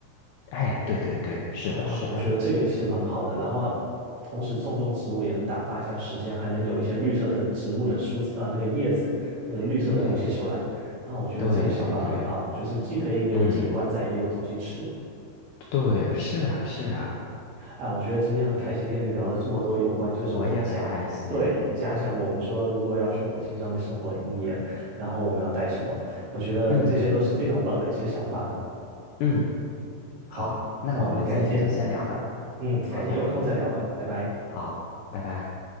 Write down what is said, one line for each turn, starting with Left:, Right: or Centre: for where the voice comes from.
Left: 哎，对对对，是的，
Right: 啊，
Left: 是的，
Right: 我觉得这个是蛮好的。然后同时种种植物也能打发一下时间，还能有一些绿色的植物的蔬，呃，那个叶子，那个绿色的东西出来。
Left: 对，
Right: 啊，我觉得这个想法很好，
Left: 对对对，
Right: 就是既可以有景观在，
Left: 嗯，
Right: 也有东西吃。
Left: 对，是啊，是啊，
Right: 哎，我觉得今天很开心跟你聊了这么多有关，就是我们家，
Left: 我也很开心。
Right: 对，假想我们说如果要去火星上面生活一年，然后我们要带什么？我觉得这些都是非常棒的一些想法。
Left: 嗯嗯，
Right: 好，
Left: 好，那我们今天就先聊到这儿。
Right: 那我们改天，嗯，改天有空再聊吧，
Left: 好的。
Right: 拜拜。
Left: 好，拜拜。